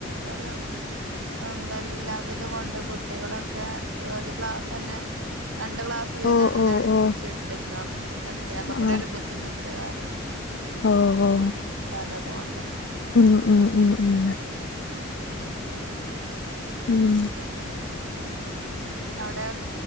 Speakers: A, on the right (about 80°); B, on the left (about 55°).
A: ഒരു എന്ത ഇല്ലാത്തത് കൊണ്ട് കുട്ടികളൊക്കെ ഒരു ക്ലാസ്സ് ന്നെ രണ്ട് ക്ലാസ് വീതം
B: ഓ
A: അങ്ങനെ
B: ഓ
A: അടുപ്പിച്ചിട്ട്
B: ഓ
A: ക്ക അധ്യാപകരെ
B: ആ
A: ഒരു ബുദ്ധിമുട്ടു കാരണം
B: ഓ ഓ
A: ത്തതുകൊണ്ട്
B: മ് മ് മ് മ് മ്
A: അവിടെ